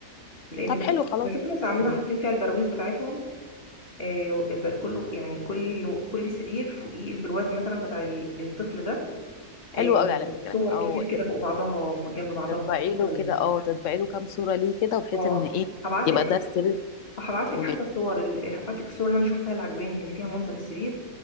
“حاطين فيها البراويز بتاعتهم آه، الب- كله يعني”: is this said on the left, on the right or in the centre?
Left